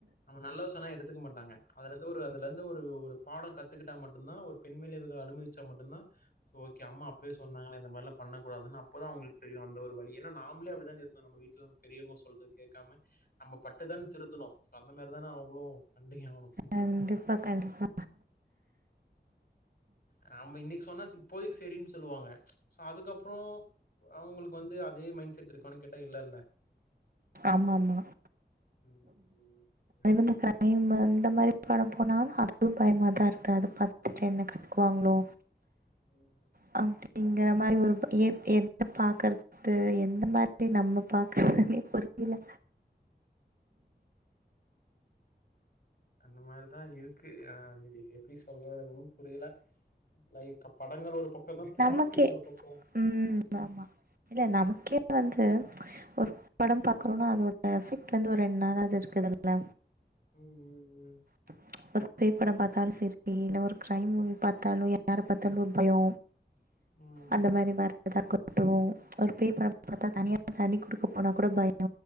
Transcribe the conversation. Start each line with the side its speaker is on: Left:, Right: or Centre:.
Left: நம்ம நல்லது சொன்னா எடுத்துக்க மாட்டாங்க அதுல இருந்து ஒரு அந்த அதுல இருந்து ஒரு ஒரு பாடம் கத்துக்கிட்டா மட்டும்தா ஒரு பெண் விளைவுகள் அனுபவிச்சா மட்டும்தா ஓக்கோ அம்மா அப்பவே சொன்னாங்க இந்த மாதிரிலா பண்ணக்கூடாதுன்னு அப்போதா அவங்களுக்கு தெரியும் அந்த ஒரு வலிய ஏன்னா நாம்பலே அப்படித்தான் இருந்தோ நம் வீட்டுல பெரியவங்க சொல்லு கேக்காம நம்ம பட்டுதான திருந்துனோ சோ அந்த மாதிரி தான அவங்களும் ங்கி ஆவனு
Right: கண்டிப்பா, கண்டிப்பா.
Left: நாம இன்னைக்கு சொன்னா போய் செரின்னு சொல்லுவாங்க சோ அதுக்கப்றோ அவங்களுக்கு வந்து அதே மைண்ட் செட் இருக்கானு கேட்டா இல்லல
Right: ஆமா ஆமா <inaudible>
Left: ம் ம்
Right: இந்த கிரைம்மு அந்த மாரி பட போனாலு அதுவு பயமாத <unintelligible> பாத்துட்டு என்ன கத்துக்குவாங்களோ
Left: ம்
Right: <unintelligible> இங்கன மாரி ஒரு எ எத பாக்கறது எந்த மாதிரி நம்ம பாக்கறதுனே புரி இல்ல
Left: அந்த மாரிதா இருக்கு நா இது எப்டி சொல்றது ஒன்னு புரியல லைக் படங்கள் ஒரு பக்கோ இருந்தா
Right: நமக்கே
Left: பாட்டு இன்னொரு பக்கோ
Right: ம் ஆமா இல்ல நமக்கே வந்து ஒரு படம் பாக்குறோனா அதோட எபெக்ட் வந்து ஒரு ரெண்டு நாளாவது இருக்குதுல்ல
Left: ம் ம் ம்
Right: <unintelligible> பேய் பட பாத்தாலு செரி இல்ல ஒரு கிரைம் மூவி பார்த்தாலு <unintelligible> யார பாத்தாலு ஒரு பயோ
Left: ம்
Right: அந்த மாரி வர் தாக்கட்டும் ஒரு பேய் படம்பாத்தா தனியா தண்ணிகுடுக்க உனா கூட பய